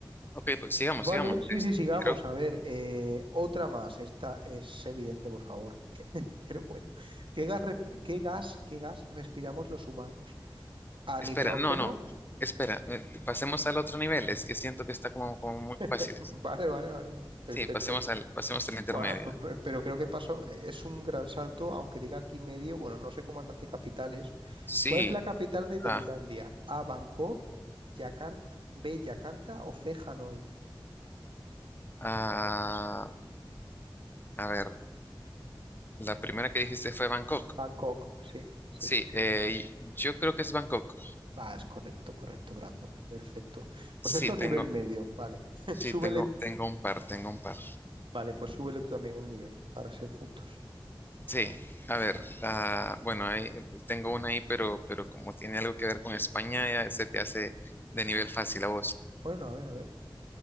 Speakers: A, on the left; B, on the right.
A: Ok, pues sigamos,
B: Vale,
A: sigamos.
B: sí,
A: Es-
B: sí, sigamos.
A: Creo,
B: A ver, eh, otra más. Esta es evidente, por favor. <laughs> Pero bueno, ¿qué gas, resp- qué gas, qué gas respiramos los humanos? A
A: Espera,
B: nitrógeno.
A: no, no. Espera, eh, pasemos al otro nivel. Es que siento que está como, como muy
B: <laughs>
A: fácil.
B: Vale, vale, vale, vale. Perfecto.
A: Sí, pasemos al, pasemos al intermedio.
B: Bueno, pe- pe- pero creo que pasó, es un gran salto, aunque diga aquí medio, bueno, no sé cómo andas de capitales.
A: Sí.
B: ¿Cuál es la capital de Tailandia?
A: Ah,
B: A, Bangkok, Yakarta, B, Yakarta o C, Hanoi.
A: ah, a ver, la primera que dijiste fue Bangkok.
B: Bangkok, sí, sí,
A: Sí,
B: sí, sí.
A: eh, yo creo que es Bangkok.
B: Ah, es correcto, correcto, Brando. Perfecto. Pues
A: Sí,
B: esto es
A: tengo,
B: nivel medio, vale. <laughs>
A: sí,
B: Súbele,
A: tengo,
B: en-
A: tengo un par, tengo un par.
B: vale, pues súbele tú también el nivel, para ser justos.
A: Sí, a ver, ah, bueno, ahí tengo una ahí, pero, pero como tiene algo que ver con España, ya se te hace de nivel fácil a vos.
B: Bueno, a ver, a ver.